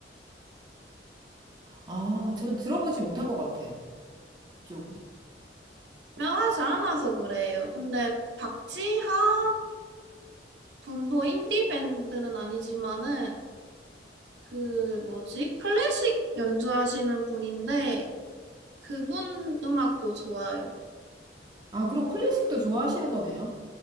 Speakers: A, on the right (about 25°); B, on the right (about 75°).
A: 아, 저는 들어보지 못한 것 같아요. 그쪽은.
B: 유명하지 않아서 그래요. 근데 박지하 분도 인디 밴드는 아니지만은 그 뭐지 클래식 연주하시는 분인데 그분 음악도 좋아요.
A: 아, 그럼 클래식도 좋아하시는 거네요?